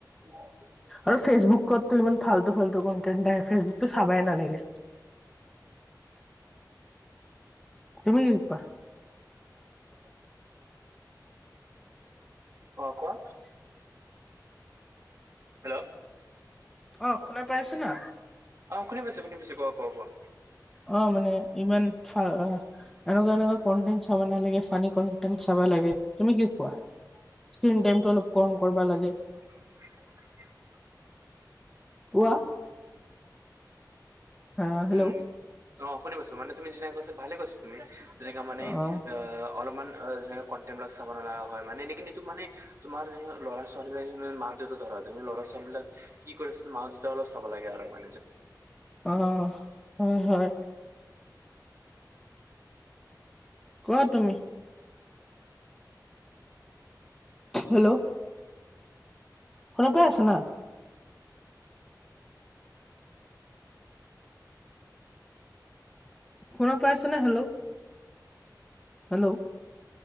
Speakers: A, on the right (about 45°); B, in the centre.
A: <unintelligible>
B: আৰু ফেচবুকতো ইমান ফাল্টু-ফাল্টু কণ্টেন আহে ফেচবুকতো চাবাই নালাগে। তুমি কি কোৱা?
A: <unintelligible> অহ, কোৱা।
B: <unintelligible>
A: হেল্ল'।
B: অহ, শুনা পাই আছানা?
A: অহ, শুনি পাইছোঁ শুনি পাইছোঁ। কোৱা-কোৱা-কোৱা।
B: অহ, মানে ইমান ফা এনেকুৱা-এনেকুৱা কণ্টেন চাব নালাগে, ফানী কণ্টেন চাব লাগে। তুমি কি কোৱা? স্ক্ৰীন টাইমটো অলপ কম কৰিবা লাগে।
A: <unintelligible>
B: কোৱা? হা হেল্ল'
A: উম', অহ' শুনি পাইছো মানে তুমি যেনেকে কৈছা ভালে কৈছা। যেনেকা মানে
B: অ
A: অহ, অলপমান কণ্টেনবিলাক চাব নালাগা হয়, মানে এনেকে নিতো মানে তোমাৰ ল'ৰা-ছোৱালীবিলাকৰ মা-দেউতা ধৰা তুমি ল'ৰা-ছোৱালীবিলাক কি কৰেচোন মা-দেউতা অলপ চাব লাগে আৰু মানে
B: অহ', হয়, হয়। কোৱা তুমি? হেল্ল'। শুনা পাই আছানা? শুনা পাই আছনে, হেল্ল'? হেল্ল'